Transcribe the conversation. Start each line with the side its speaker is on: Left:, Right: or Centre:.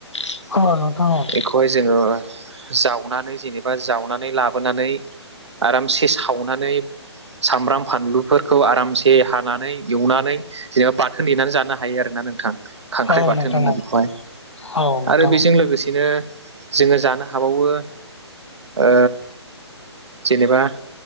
Left: औ औ नोंथां औ
Right: बेखौहाय जोङो जावनानै जेनेबा जावनानै लाबोनानै आरामसे सावनानै सामब्राम फानलुफोरखौ आरामसे नानै एवनानै जेनेबा बाथोन देनानै जानो हायो आरोना नोंथां खांख्राइ
Left: औ
Right: बाथोन
Left: नोंथां
Right: होनो
Left: औ
Right: बेखौहाय
Left: औ नोंथां
Right: आरो बेजों लोगोसेनो जोङो जानो हाबावो ओ जेनेबा